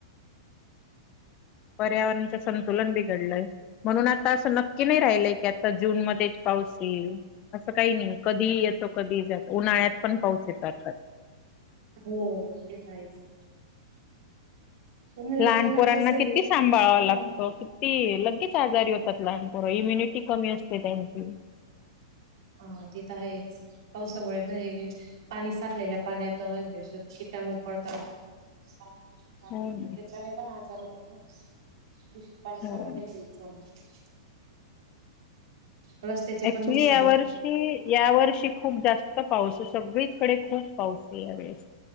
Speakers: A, on the left (about 35°); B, on the right (about 60°).
A: पर्यावरणच संतुलन बिघडलंय. म्हणून आता असं नक्की नाही राहिलंय की आता जून मध्येच पाऊस येईल. असं काही नाही कधी येतो कधी जातो उन्हाळ्यात पण पाऊच येतो आता.
B: हो तेे तर आहेच. त्यामुळे
A: लहानपोरांना
B: उन्हाळा कसं आहे
A: किती सांभाळावा
B: हा
A: लागतो. ती लगेच आजारी होतात लहान पोरा इम्युनिटी कमी असते त्यांची.
B: हा ते तर आहेच. पावसामुळे म्हणजे पाणी साठलेल्या पाण्यात किटानु पडतात. पाणी दूषित पाणी
A: हो
B: होत.
A: ना.
B: त्याच्याने पण आजार होतात ना दूषित पाणी साठले
A: हो
B: की. रस्त्याचे
A: ऍक्च्युली
B: पण नुकसा
A: या वर्षी या वर्षी खूप जास्त पाऊस आहे. सगळीचकडे खूप पाऊस आहे या वेळेस